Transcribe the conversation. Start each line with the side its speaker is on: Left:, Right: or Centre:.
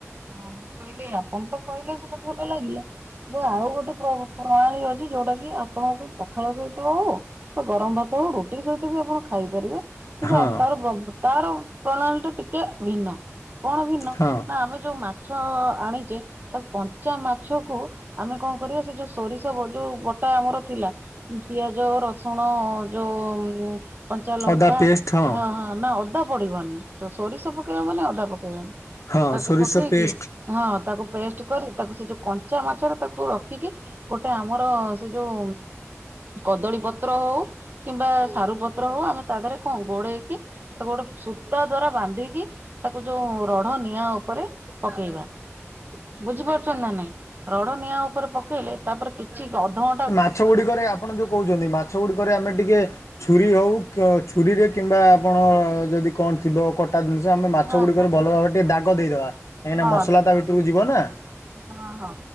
Right: ହଁ ମୁଁ କହିଲି ଆପଣ ତ କହିଲେ ସେଇଟା ଭଲ ଲାଗିଲା। ମୁଁ ଆଉ ଗୋଟେ ପ୍ର-ପ୍ରଣାଳୀ ଅଛି ଯୋଉଟା କି ଆପଣଙ୍କୁ ପଖାଳ ସୋଇଥିବ ହଉ। ତ ଗରମ ଭାତ ହଉ ରୁଟି ସହିତ ବି ଆପଣ ଖାଇପାରିବେ। କିନ୍ତୁ
Left: ହଁ
Right: ଆ ତାର ତାର ପ୍ରଣାଳୀ ଟା ଟିକେ ଭିନ୍ନ କଣ ଭିନ୍ନ
Left: ହଁ
Right: ନା ଆମେ ଯୋଉ ମାଛ ଆଣିଚେ। ତା କଞ୍ଚା ମାଛକୁ ଆମେ କଣ କରିବା ସେ ଯୋଉ ସୋରିଷ ଯୋଉ ବଟା ଆମର ଥିଲା। ପିଆଜ, ରସୁଣ ଅ ଯୋଉ କଞ୍ଚା ଲଙ୍କା
Left: ଅଦା ପେଷ୍ଟ ହଁ
Right: ନା ଅଦା ପଡିବନି। ତ ସୋରିଷ ପକେଇବା ମାନେ ଅଦା ପକେଇବନି
Left: ହଁ
Right: ତାକୁ
Left: ସୋରିଷ
Right: ପକେଇକି।
Left: ପେଷ୍ଟ
Right: ହଁ ତାକୁ ପେଷ୍ଟ କରି ତାକୁ ସେ ଯୋଉ କଞ୍ଚା ମାଛରେ ତାକୁ ରଖିକି। ଗୋଟେ ଆମର ସେ ଯୋଉ କଦଳୀ ପତ୍ର ହଉ କିମ୍ବା ସାରୁ ପତ୍ର ହଉ ଆମେ ତା ଦେହରେ କଣ ଗୋଡେଇକି ତାକୁ ଗୋଟେ ସୂତା ଦ୍ଵାରା ବାନ୍ଧିକି ତାକୁ ଯୋଉ ରଢ ନିଆଁ ଉପରେ ପକେଇବା ବୁଝିପାରୁଛନ୍ତି ନା ନାଇଁ ରଡ ନିଆଁ ଉପରେ ପକେଇଲେ ତାପରେ କିଛି ଠିକ୍ ଅଧ
Left: ମାଛ ଗୁଡିକରେ ଆପଣ ଯୋଉ କହୁଛନ୍ତି, ମାଛ ଗୁଡିକରେ ଆମେ ଟିକେ ଛୁରୀ ହଉ କ ଛୁରୀରେ କିମ୍ବା ଆପଣ ଯଦି କଣ ଥିବ କ ତା ଜିନିଷ ଆମେ ମାଛ
Right: ହଁ
Left: ଗୁଡିକରେ
Right: କାଟିକି
Left: ଭଲ ଭାବରେ ଟିକେ ଦାଗ ଦେଇଦବା। କାହିଁକିନା
Right: ହଁ
Left: ମସଲା ତା ଭିତକୁ ଯିବ ନା।
Right: ହଁ ହଁ